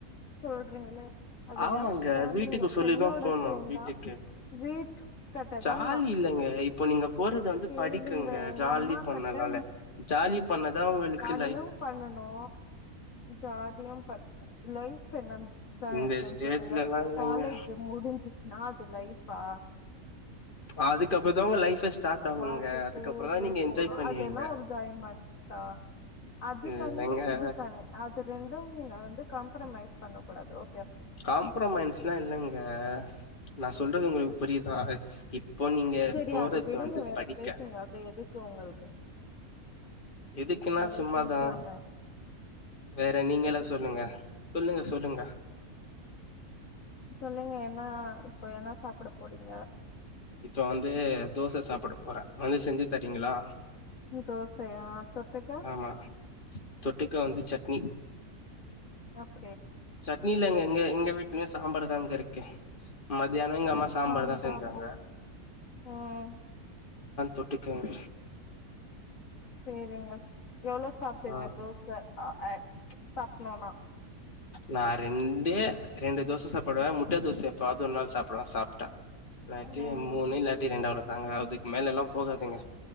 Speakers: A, on the left; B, on the left.
A: சொல்றீங்களே அதெல்லா
B: ஆமாங்க
A: ஒரு ஜாலிங்க
B: வீட்டுக்கு சொல்லிதா
A: பெண்ணோட
B: போனு
A: சேர்ந்தா
B: வீட்டுக்கு
A: வீட்டு கட்டதா
B: ஜாலி
A: நா
B: இல்லங்க இப்போ நீங்க போறது வந்து
A: கேளுங்க
B: படிக்கங்க
A: எங்க
B: ஜாலி
A: அம்மா
B: பண்ணலால
A: கட்ட
B: ஜாலி பண்ணதா அவங்களுக்கு
A: நீயு பண்ணணு ஜாலியு பண்ணு லைஃப் செ நன் தா
B: இந்த
A: இருக்குன்னு
B: ஸ்டேஜ்லல்லா
A: சொல்லுங்க
B: இல்லங்க
A: காலேஜ் முடிஞ்சுச்சனா அது லைஃப் பா
B: அதுக்கு அப்புற தா உங்க லைஃப்ஃபே ஸ்டார்ட் ஆகுங்க
A: வாழ்க்கை
B: அதுக்கப்புறதா
A: தேடியே
B: நீங்க
A: போனு
B: என்ஜாய் பண்ணுவீங்க
A: அதெல்லா ஒரு என்ஜாய்மென்ட்டா அது தனி
B: இல்லங்க
A: இது தனி அது ரெண்டு நீங்க வந்து காம்ப்ரமைஸ் பண்ணக்கூடாது ஓ
B: காம்ப்ரமைன்ஸ்ல்லா இல்லங்க நா சொல்றது உங்களுக்கு புரியுதா இப்போ நீங்க
A: சரி
B: போறது
A: அது விடுங்க
B: வந்து
A: வேற
B: படிக்க
A: பேசுங்க அது எதுக்கு உங்களுக்கு <inaudible>
B: எதுக்குன்னா
A: வேற
B: சும்மா
A: பேசலாமே
B: தா வேற நீங்க எல்லா சொல்லுங்க சொல்லுங்க சொல்லுங்க
A: சொல்லுங்க என்னா இப்போ என்ன சாப்பிட போறீங்க
B: இப்ப வந்து தோச சாப்பிட போறேன் வந்து செஞ்சுதரீங்களா
A: தோசையா தொட்டுக்க
B: ஆமா தொட்டுக்க வந்து சட்னி
A: அப்
B: சட்னி இல்லங்க எங்க எங்க வீட் லயும் சாம்பாரு தாங்க இருக்கு மதி யானமும் எங்க அம்மா சாம்பாரு
A: சாம்பார்
B: தா செஞ்சாங்க
A: ம்
B: தொட்டுக்கங்க
A: செரிங்க எவ்ளோ சாப்பிடுங்க
B: ஆ
A: தோசை அ சாப்டனும்னா
B: நா ரெண்டு ரெண்டு தோசை சாப்பிடுவேன் முட்டை தோசை எப்பாது ஒரு நாள் சாப்பிடுவேன் சாப்பிட்டா லாத்தி
A: ம்
B: மூணு இல்லாத்தி ரெண்டு அவ்ளோ தா நாங்க அதுக்கு மேல எல்லா போகா தூங்க